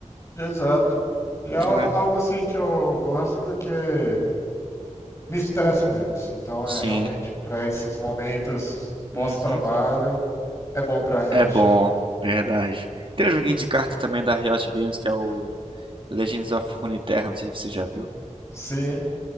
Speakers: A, on the left; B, on the right.
A: exato. E é
B: não
A: al-
B: é.
A: algo assim que eu gosto porque me estresso menos. Então,
B: Sim.
A: é realmente para esses momentos pós-trabalho
B: Uhum.
A: é bom para relaxar.
B: É bom, verdade. Tem um joguinho de carta também da Riot Games que é o. Legends of Runeterra, não sei se você já viu.
A: Sim,